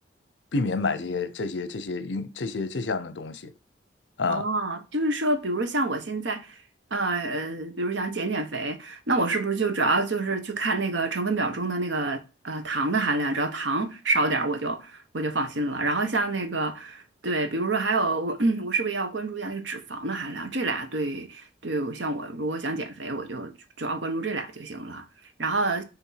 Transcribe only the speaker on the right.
哦，就是说，比如像我现在，呃呃，比如想减减肥，那我是不是就主要就是去看那个成分表中的那个呃糖的含量，只要糖少点，我就我就放心了。然后像那个，对，比如说还有我，<clears throat> 我是不是要关注一下那个脂肪的含量？这俩对对，像我如果想减肥，我就主要关注这俩就行了。然后